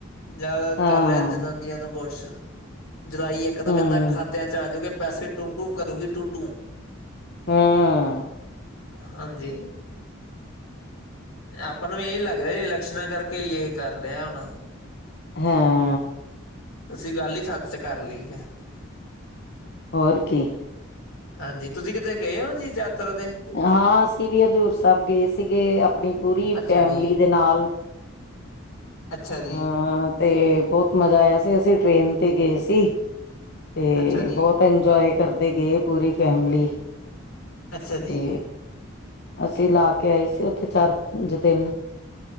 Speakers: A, on the left (about 85°); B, on the left (about 50°).
A: ਜਾ
B: ਹਾਂ
A: ਕਰ ਰਿਆ ਜਨਾਨੀਆਂ ਨੂੰ ਖੁਸ਼। ਜੁਲਾਈ ਇੱਕ ਤਾਂ
B: ਹੂੰ
A: ਕਹੰਦਾ ਖਾਤਿਆਂ 'ਚ ਆ ਜੂਗੇ ਪੈਸੇ ਟੂੰ ਟੂੰ ਕਰੂਗੀ ਟੂੰ ਟੂੰ।
B: ਹਾਂ।
A: ਹਾਂਜੀ। ਆਪਾਂ ਨੂੰ ਏਹੀ ਲੱਗ ਰਿਆ ਇਲੈਕਸ਼ਨਾਂ ਕਰਕੇ ਯੇ ਕਰ ਰਿਆ ਹੋਨਾ।
B: ਹਾਂ।
A: ਅਸੀਂ ਗੱਲ ਹੀ ਸੱਚ ਚ ਕਰ ਲਈ ਫੇ
B: ਹੋਰ ਕੀ।
A: ਹਾਂਜੀ ਤੁਸੀਂ ਕਿਧਰੇ ਗਏ ਓ ਜੀ ਯਾਤਰਾ ਤੇ?
B: ਹਾਂ, ਅਸੀਂ ਵੀ ਹਜੂਰ ਸੈਬ ਗਏ ਸੀਗੇ ਆਪਨੀ ਪੂਰੀ
A: ਅੱਛਾ
B: ਫੈਮਿਲੀ
A: ਜੀ
B: ਦੇ ਨਾਲ।
A: ਅੱਛਾ ਜੀ
B: ਹਾਂ ਤੇ ਬੋਤ ਮਜਾ ਆਇਆ ਸੀ। ਅਸੀਂ ਟ੍ਰੇਨ ਤੇ ਗਏ ਸੀ। ਤੇ
A: ਅੱਛਾ ਜੀ
B: ਬੋਤ ਇੰਜੋਏ ਕਰਦੇ ਗੇ ਓ ਪੂਰੀ ਫੈਮਲੀ।
A: ਅੱਛਾ ਜੀ।
B: ਤੇ ਅਸੀਂ ਲਾ ਕੇ ਆਏ ਸੀ ਉੱਥੇ ਚਾਰ-ਪੰਜ ਦਿਨ।